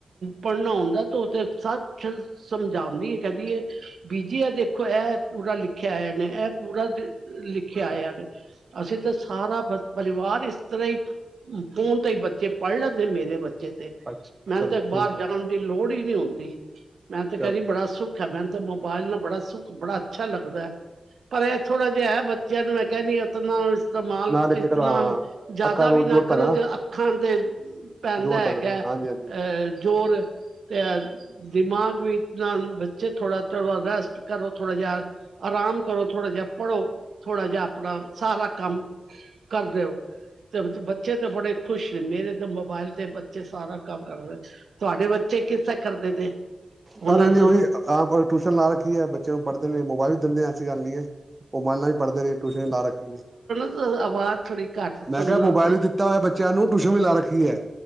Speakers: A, on the right; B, on the right.
A: ਪੜ੍ਹਨਾ ਆਉਂਦਾ ਤੇ ਓ ਤੇ ਸੱਚ ਸ ਸਮਝਾਂਦੀ ਏ, ਕੈਂਦੀ ਏ ਬੀਜੀ ਐ ਦੇਖੋ ਐ ਪੂਰਾ ਲਿਖਿਆ ਆਇਆ ਨੇ, ਐ ਪੂਰਾ ਲਿਖਿਆ ਆਇਆ ਨੇ। ਅਸੀਂ ਤੇ ਸਾਰਾ ਪਰਿਵਾਰ ਇਸ ਤਰ੍ਹਾਂ ਈ। ਫੋਨ ਤੇ ਈ ਬੱਚੇ ਪੜ੍ਹ ਲੈਂਦੇ, ਮੇਰੇ ਬੱਚੇ ਤੇ।
B: ਅੱਛਾ
A: ਮੈਨੂੰ
B: ਚਲੋ
A: ਤਾਂ ਬਾਹਰ
B: ਠੀਕ ਐ
A: ਜਾਣ
B: ਜੀ।
A: ਦੀ ਲੋੜ ਈ ਨੀ ਹੁੰਦੀ, ਮੈਂ ਤੇ ਕੈਂਦੀ
B: ਚਲੋ
A: ਬੜਾ ਸੁੱਖ ਅਛਾ ਮੇਨੂੰ ਤੇ ਮੋਬਾਇਲ ਨਾਲ ਬੜਾ ਸੁੱਖ, ਬੜਾ ਅੱਛਾ ਲੱਗਦਾ ਐ। ਪਰ ਐ ਥੋੜਾ ਜਿਆ ਐ, ਬੱਚਿਆਂ ਨੂੰ ਮੈਂ ਕੈਣੀ ਆਂ ਤਿਨਾ ਨੂੰ ਇਤਮਾਲ
B: ਨਾ ਦੇਖੇ
A: ਇਤਨਾ
B: ਕਰੋ ਹਾਂ
A: ਜਾਦਾ
B: ਅੱਖਾਂ ਰੋਜ਼
A: ਵੀ ਨਾ
B: ਜ਼ੋਰ ਪੈਂਦਾ
A: ਕਰੋ, ਜੇੜਾ ਅੱਖਾਂ ਤੇ ਪੈਂਦਾ
B: ਜ਼ੋਰ
A: ਹੈਗਾ
B: ਨਾ
A: ਅ
B: ਹਾਂਜੀ ਹਾਂਜੀ
A: ਜ਼ੋਰ ਤੇ ਅ ਦਿਮਾਗ ਵੀ ਇਤਨਾ ਬੱਚੇ ਥੋੜ੍ਹਾ ਥੋੜ੍ਹਾ ਰੈਸਟ ਕਰੋ, ਥੋੜਾ ਜਿਆ ਆਰਾਮ ਕਰੋ ਥੋੜ੍ਹਾ ਜਿਆ ਪੜ੍ਹੋ, ਥੋੜ੍ਹਾ ਜਿਆ ਆਪਣਾ ਸਾਰਾ ਕੰਮ ਕਰ ਦਿਓ। ਤੇ ਬੱਚੇ ਤੇ ਬੜੇ ਖੁਸ਼ ਨੇ, ਮੇਰੇ ਤੇ ਮੋਬਾਇਲ ਤੇ ਬੱਚੇ ਸਾਰਾ ਕੰਮ ਕਰ ਰੇ। ਤੁਆਡੇ ਬੱਚੇ ਕਿਸ ਤਰ੍ਹਾਂ ਕਰਦੇ ਨੇ। ਉਹਨਾਂ
B: ਕਰ ਰੇ
A: ਨੂੰ
B: ਨੇ ਓਈ। ਆਪ ਔਰ ਟਿਊਸ਼ਨ ਲਾ ਰੱਖੀ ਐ ਬੱਚਿਆਂ ਨੂੰ ਪੜ੍ਹਦੇ ਨੇ, ਮੋਬਾਇਲ ਵੀ ਦਿੰਦੇ ਆਂ ਐਸੀ ਗੱਲ ਨ‌ਈ ਐ। ਓਮਾਇਨ ਨਾਲ ਵੀ ਪੜਦੇ ਨੇ, ਟਿਊਸ਼ਨ ਵੀ ਲਾ ਰੱਖੀ ਏ।
A: ਆ ਆਵਾਜ਼ ਥੋੜੀ ਘੱਟ
B: ਮੈਂ
A: ਸੁਣਨਾ
B: ਕਿਆ ਮੋਬਾਇਲ
A: ਆਈ
B: ਵੀ ਦਿੱਤਾ ਓਇਆ ਬੱਚਿਆਂ ਨੂੰ, ਟਿਊਸ਼ਨ ਵੀ ਲਾ ਰੱਖੀ ਐ